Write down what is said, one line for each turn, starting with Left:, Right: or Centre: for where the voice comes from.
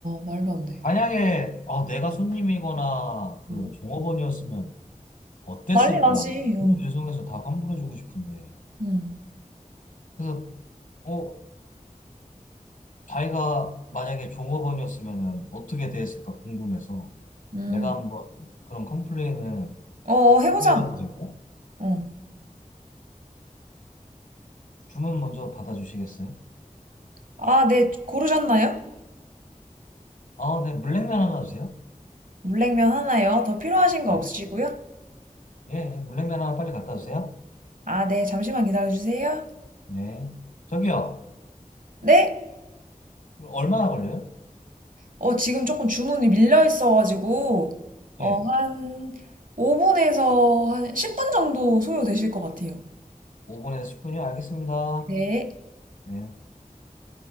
Right: 말도 안 돼.
Left: 만약에 아, 내가 손님이거나 그
Right: 응,
Left: 종업원이었으면 어땠을까?
Right: 난리 나지. 어.
Left: 너무 죄송해서 다 환불해주고 싶은데.
Right: 응,
Left: 그래서, 어, 자기가 만약에 종업원이었으면 어떻게 대했을까 궁금해서
Right: 음.
Left: 내가 한번 그런 컴플레인을
Right: 어, 해보자.
Left: 제대해봐도 될까?
Right: 어.
Left: 주문 먼저 받아주시겠어요?
Right: 아, 네, 고르셨나요?
Left: 아, 네, 물냉면 하나 주세요.
Right: 물냉면 하나요? 더 필요하신 거
Left: 네.
Right: 없으시고요?
Left: 예, 예, 물냉면 하나 빨리 갖다 주세요.
Right: 아, 네, 잠시만 기다려주세요.
Left: 네. 저기요,
Right: 네?
Left: 얼마나 걸려요?
Right: 어, 지금 조금 주문이 밀려 있어가지고, 어,
Left: 예,
Right: 한 5분에서 한 10분 정도 소요되실 것 같아요.
Left: 5분에서 10분이요? 알겠습니다.
Right: 네.
Left: 네.